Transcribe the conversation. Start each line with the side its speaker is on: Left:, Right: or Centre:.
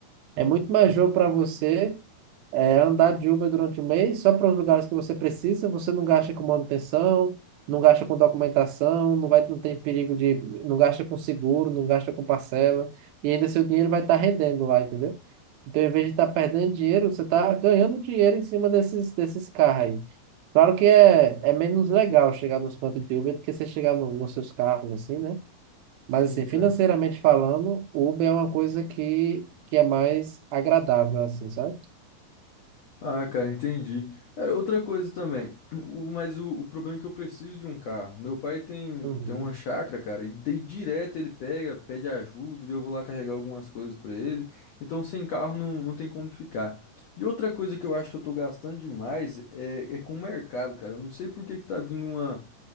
Right: é muito mais jogo para você é andar de Uber durante o mês só para os lugares que você precisa, você não gasta com manutenção, não gasta com documentação, não vai, não tem perigo de, não gasta com seguro, não gasta com parcela, e ainda seu dinheiro vai estar rendendo lá, entendeu? Então, em vez de estar perdendo dinheiro, você está ganhando dinheiro em cima desses, desses carros aí. Claro que é, é menos legal chegar nos pontos de Uber do que você chegar no- nos seus carros, assim, né?
Left: Sim,
Right: Mas, assim, financeiramente
Left: cara.
Right: falando, Uber é uma coisa que, que é mais agradável, assim, sabe?
Left: Ah, cara, entendi. Cara, outra coisa também. O, mas o, o problema é que eu preciso de um carro. Meu pai tem,
Right: Uhum.
Left: tem uma chácara, cara, e daí direto ele pega, pede ajuda, e daí eu vou lá carregar algumas coisas pra ele. Então sem carro não, não tem como ficar. E outra coisa que eu acho que eu tô gastando demais é, é com o mercado, cara. Eu não sei por que que tá vindo uma.